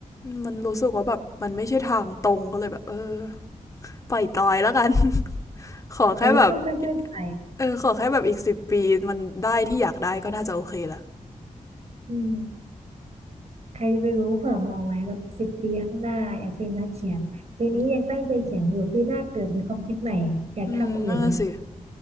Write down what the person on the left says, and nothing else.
มันรู้สึกว่าแบบมันไม่ใช่ทางตรงก็เลยแบบเออปล่อยตอยแล้วกัน <laughs> ขอแค่แบบ
เออขอแค่แบบอีกสิบปีมันได้ที่อยากได้ก็น่าจะโอเคละ
อืมอืมน่าสิ